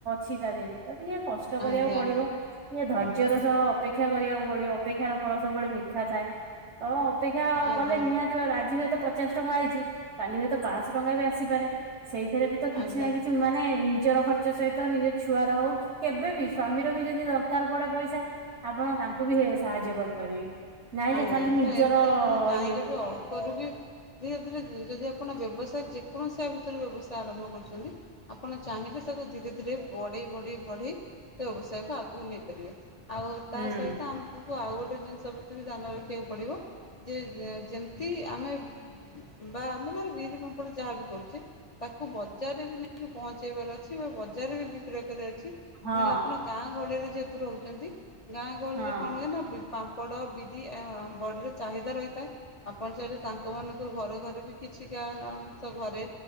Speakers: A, on the right; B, on the left.
A: ସିଧା ଦେଇଦେ ତ ଟିକଏ କଷ୍ଟ କରିବାକୁ
B: ଆଜ୍ଞା
A: ପଡିବ।
B: ଆଜ୍ଞା
A: ଇଏ ଧୈର୍ଯ୍ୟର
B: ହୁଁ
A: ସହ ଅପେକ୍ଷା କରିବାକୁ ପଡିବ ଅପେକ୍ଷାର ଫଳ ସବୁବେଳେ ମିଠା ଥାଏ। ହଁ ଅପେକ୍ଷା କଲେ
B: ଆଜ୍ଞା
A: ନିହାତି ଭାବରେ ଆଜି ହୁଏତ ପଚାଶ ଟଙ୍କା ଆଇଛି କାଲି ହୁଏତ ପାଞ୍ଚଶହ ଟଙ୍କା ବି ଆସିପାରେ ସେଇଥିରେ ବି ତ କିଛି
B: ଆଜ୍ଞା
A: ନା କିଛି ମାନେ ନିଜର ଖଚ୍ଚ ନିଜ ସହିତ ନିଜ ଛୁଆ ର ହଉ କି କେବେ ବିି ସ୍ଵାମୀର ବି ଯଦି ଦରକାର ପଡେ ପଇସା ଆପଣ ତାଙ୍କୁ ବି ସାହାଯ୍ୟ କରିବେ? କରିବେ ନାଇଁ
B: ଆଜ୍ଞା
A: ଯେ ଖାଲି ନିଜର
B: ତ ଏମିତି ଆପଣ ଚାହିଁଲେ
A: ଇଏ
B: ବି ଅଳ୍ପରୁ ବି ଧୀରେ ଧୀରେ ଯଦି ଆପଣ ବ୍ୟବସାୟ ଯେକୌଣସି ୟା ଭିତରେ ବ୍ୟବସାୟ ଆରମ୍ଭ କରୁଛନ୍ତି ଆପଣ ଚାହିଁଲେ ତାକୁ ଧୀରେ ଧୀରେ ବଢ଼େଇ ବଢ଼େଇ ବଢ଼େଇ ବ୍ୟବସାୟକୁ ଆଗକୁ ନେଇପାରିବେ। ଆଉ
A: ହୁଁ
B: ତା ସହିତ ଆମକୁ ଆଉ ଗୋଟେ ଜିନିଷ ସବୁଥିରେ ଧ୍ୟାନ ରଖିବାକୁ ପଡ଼ିବ ଯେ ଯେମିତି ଆମେ ବା ଆମେ ମାନେ ବିରି ପାମ୍ପଡ ଯାହା ବି କରୁଛେ ତାକୁ ବଜାରରେ ବି ନେଇକି ପହଞ୍ଚେଇବାର ଅଛି ବା ବଜାରରେ ବି ବିକ୍ରୟ କରିବାର ଅଛି।
A: ହଁ
B: ନହେଲେ ଆପଣ ଗାଁ ଗହଳିରେ ଯେହେତୁ ରହୁଛନ୍ତି ଗାଁ ଗହଳିରେ
A: ହଁ।
B: କଣ ହୁଏ ନା ପା ପାପଡ ବିରି ବଡ଼ିର ଚାହିଦା ରହିଥାଏ। ଆପଣ ଚାହିଁଲେ ତାଙ୍କ ମାନଙ୍କୁ ଘରେ ଘରେ ବି କିଛି କା କାଶ ଘରେ